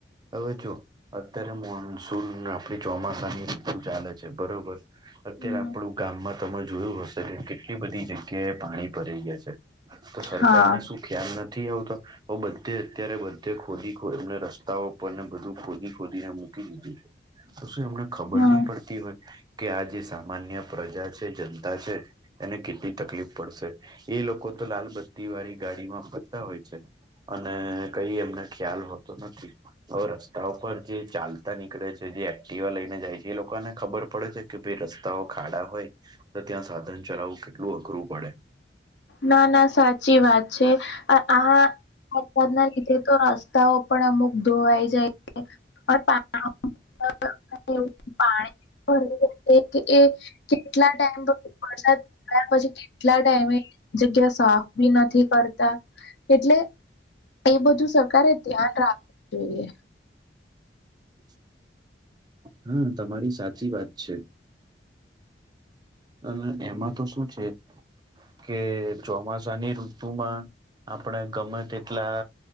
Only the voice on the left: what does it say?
હમ
હા
હમ
ના ના સાચી વાત છે આ ના લીધે તો રસ્તાઓ પણ અમુક ધોવાઈ જાય છે પણ પાણી ભ એ કેટલા ટાઈમ પર વરસાદ પડ્યા પછી કેટલા ટાઈમે જગ્યા સાફ બી નથી કરતા એટલે એ બધું સરકારે ધ્યાન રાખ જે